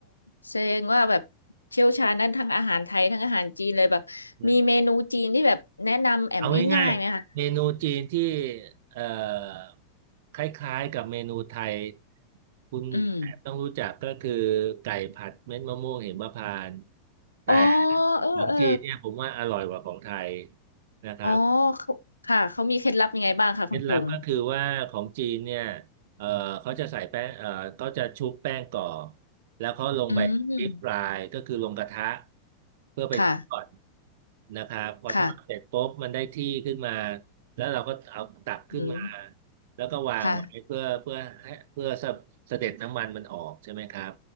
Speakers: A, on the left; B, on the right.
A: แสดงว่าแบบเชี่ยวชาญด้านทั้งอาหารไทยทั้งอาหารจีนเลยแบบมีเมนูจีนที่แบบแนะนำแอมง่ายๆไหมคะ
B: ำ เอาง่ายๆเมนูจีนที่เอ่อคล้ายๆกับเมนูไทยคุณแอบต้องรู้จักก็คือ
A: อืม
B: ไก่ผัดเม็ดมะม่วงหิมพานต์แต่
A: อ๋อเออเออ
B: ของจีนเนี่ยผมว่าอร่อยกว่าของไทยนะครับ
A: อ๋อเขาค่ะเขามีเคล็ดลับยังไงบ้างคะคุณพงษ์
B: เคล็ดลับก็คือว่าของจีนเนี่ยเออเขาจะใส่แป้งเออเขาจะชุบแป้งก่อนแล้วเขาลงไปดิฟรายก็คือลงกระทะ
A: อืม
B: เพื่อไปทอด
A: ค่ะ
B: นะครับพอทอดเสร็จปุ๊บมันได้ที่ขึ้นมา
A: ค่ะ
B: แล้วเราก็เอาตักขึ้นมา
A: อืม
B: แล้วก็วางไว้เพื่อเพื่อให้เพื่อสะเสด็จน้ำมันมันออกใช่ไหมครับ
A: ค่ะ